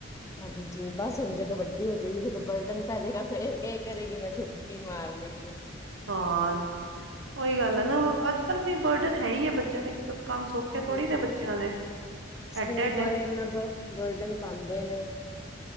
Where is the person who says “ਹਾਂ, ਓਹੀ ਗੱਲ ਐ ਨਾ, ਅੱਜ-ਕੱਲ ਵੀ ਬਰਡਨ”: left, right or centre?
Right